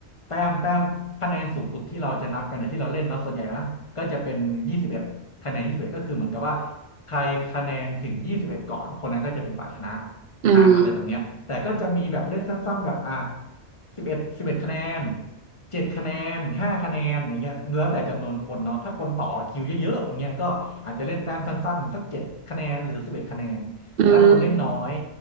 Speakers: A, on the left (about 30°); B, on the right (about 60°).
A: แต้มแต้มคะแนนสูงสุดที่เราจะนับกันเนี่ยที่เราเล่นเนาะส่วนใหญ่นะก็จะเป็นยี่สิบเอ็ดคะแนนยี่สิบเอ็ดก็คือเหมือนกับว่าใครคะแนนถึงยี่สิบเอ็ดก่อนคนนั้นก็จะเป็นฝ่ายชนะ
B: อืม
A: อ่ะอะไรแบบเนี้ยแต่ก็จะมีแบบเลขสั้นๆแบบอ่ะสิบเอ็ดสิบเอ็ดคะแนนเจ็ดคะแนนห้าคะแนนอย่างเงี้ยแล้วแต่จำนวนคนเนาะถ้าคนต่อคิวเยอะๆอย่างเงี้ยก็อาจจะเล่นแต้มสั้นๆสักเจ็ดคะแนนหรือสิบเอ็ดคะแนนแต่ถ้าคนเล่นน้อย
B: อืม